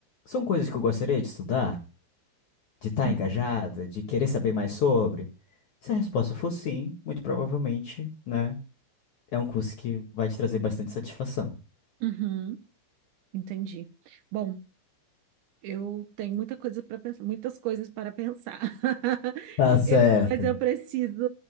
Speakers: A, on the left; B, on the right.
A: são coisas que eu gostaria de estudar? de estar
B: Uhum.
A: engajada, de querer saber mais sobre? Se a resposta for sim, muito provavelmente, né, é um curso que vai te trazer bastante satisfação.
B: Uhum. Entendi. Bom, eu tenho muita coisa para pensar, muitas coisas para pensar. <laughs>
A: Tá certo.
B: Eu, mas eu preciso,